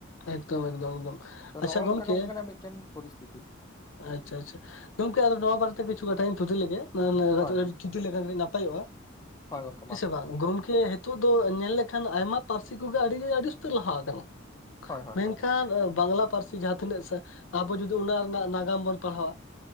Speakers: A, on the left; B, on the left.
A: ᱮᱠᱫᱚᱢ ᱮᱠᱫᱚᱢ ᱮᱠᱫᱚᱢ
B: ᱛᱚ
A: ᱟᱪᱪᱷᱟ
B: ᱱᱚᱜ ᱚᱝᱠᱟ
A: ᱜᱚᱢᱠᱮ
B: ᱜᱚᱝᱠᱮ ᱠᱟᱱᱟ ᱢᱤᱫᱴᱮᱱ ᱯᱚᱨᱤᱥᱛᱷᱤᱛᱤ
A: ᱟᱪᱪᱷᱟ ᱟᱪᱪᱷᱟ ᱜᱚᱝᱠᱮ ᱟᱫᱚ ᱱᱚᱣᱟ ᱵᱟᱨᱮ ᱠᱤᱪᱷᱩ ᱠᱟᱛᱷᱟ ᱤᱧ ᱛᱩᱫᱤ ᱞᱮᱜᱮ
B: ᱦᱳᱭ ᱦᱳᱭ
A: <unintelligible> ᱛᱷᱩᱛᱤ ᱞᱮᱠᱷᱟᱱ ᱠᱟᱴᱤᱡ ᱱᱟᱯᱟᱭᱚᱜ-ᱟ
B: ᱦᱳᱭ ᱜᱚᱝᱠᱮ ᱢᱟ
A: ᱦᱮᱸ ᱥᱮ ᱵᱟᱝ ᱜᱚᱝᱠᱮ ᱦᱤᱛᱚᱜ ᱫᱚ ᱧᱮᱞ ᱞᱮᱠᱷᱟᱱ ᱟᱭᱢᱟ ᱯᱟᱹᱨᱥᱤ ᱠᱚᱜᱮ ᱟᱹᱰᱤᱜᱮ ᱟᱹᱰᱤ ᱩᱥᱛᱟᱹᱨ ᱞᱟᱦᱟ ᱟᱠᱟᱱᱟ
B: ᱦᱳᱭ ᱦᱳᱭ
A: ᱢᱮᱱᱠᱷᱟᱱ
B: ᱦᱳᱭ
A: ᱵᱟᱝᱞᱟ ᱯᱟᱹᱨᱥᱤ ᱡᱟᱦᱟᱸ ᱛᱤᱱᱟᱹᱜ ᱥᱟ ᱟᱵᱚ ᱡᱩᱫᱤ ᱚᱱᱟ ᱨᱮᱱᱟᱜ ᱱᱟᱜᱟᱢ ᱱᱟᱜᱟᱢ ᱵᱚᱱ ᱯᱟᱲᱦᱟᱣᱟ